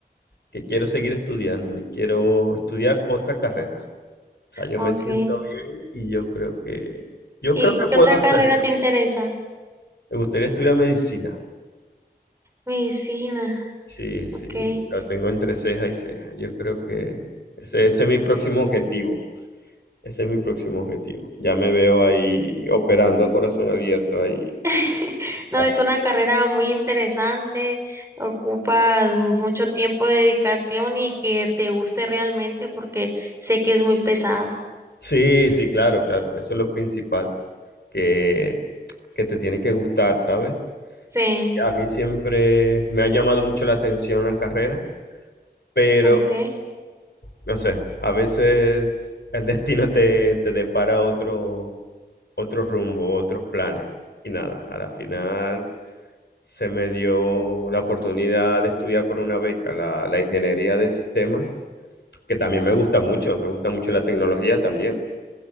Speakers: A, on the left (about 85°); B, on the right (about 15°).
A: que quiero seguir estudiando y quiero estudiar otra carrera. O sea, yo
B: Ok.
A: me siento bien y yo creo que, yo
B: ¿Y
A: creo que
B: qué
A: puedo
B: otra
A: hacerlo.
B: carrera te interesa?
A: Me gustaría estudiar medicina.
B: Medicina,
A: Sí, sí,
B: ok.
A: lo tengo entre ceja y ceja. Yo creo que ese, ese es mi próximo objetivo. Ese es mi próximo objetivo. Ya me veo ahí operando a corazón abierto ahí.
B: <laughs> No,
A: Ah,
B: es una carrera muy interesante, ocupas mucho tiempo de dedicación y que te guste realmente porque sé que es muy pesada.
A: Sí, sí, claro, claro. Eso es lo principal. que, que te tiene que gustar, ¿sabes?
B: Sí,
A: Y A mí siempre me ha llamado mucho la atención la carrera, pero
B: ok.
A: no sé, a veces el destino te, te depara otro, otro rumbo, otros planes. Y nada, a la final se me dio la oportunidad de estudiar por una beca la, la ingeniería de sistemas, que también me gusta mucho, me gusta mucho la tecnología también.